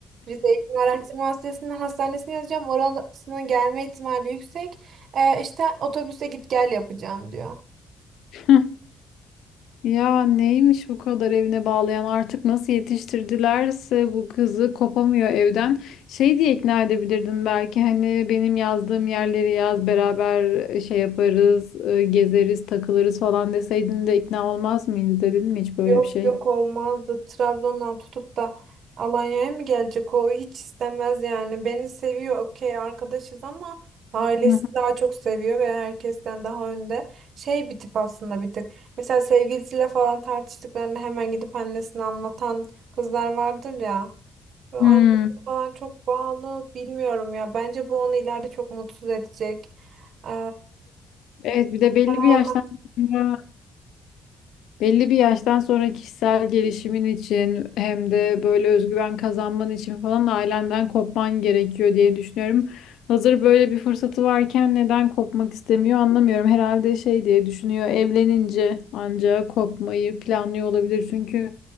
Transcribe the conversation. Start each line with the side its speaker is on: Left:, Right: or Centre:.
Right: Rize Eğitim Araştırma Hastanesi'nin hastanesine yazacağım. Orasının gelme ihtimali yüksek. Ee, işte otobüse git gel yapacağım diyor.
Left: <laughs> Ya neymiş bu kadar evine bağlayan artık nasıl yetiştirdilerse bu kızı kopamıyor evden. Şey diye ikna edebilirdin belki hani benim yazdığım yerleri yaz beraber e, şey yaparız e, gezeriz takılırız falan deseydin de ikna olmaz mıydı dedin mi hiç böyle
Right: Yok
Left: bir şey?
Right: yok olmazdı. Trabzon'dan tutup da Alanya'ya mı gelecek? O hiç istemez yani. Beni seviyor okey arkadaşız ama ailesi
Left: Hı hı.
Right: daha çok seviyor ve herkesten daha önde. Şey bir tip aslında bir tık. Mesela sevgilisiyle falan tartıştıklarında hemen gidip annesine anlatan kızlar vardır ya. Ve
Left: Hmm.
Right: annesi falan çok bağlı bilmiyorum ya. Bence bu onu ileride çok mutsuz edecek. Ee,
Left: Evet
Right: bu-
Left: bir de belli
Right: Para
Left: bir yaştan
Right: olmak
Left: sonra Belli bir yaştan sonra kişisel gelişimin için hem de böyle özgüven kazanman için falan ailenden kopman gerekiyor diye düşünüyorum. Hazır böyle bir fırsatı varken neden kopmak istemiyor anlamıyorum. Herhalde şey diye düşünüyor evlenince ancak kopmayı planlıyor olabilir. Çünkü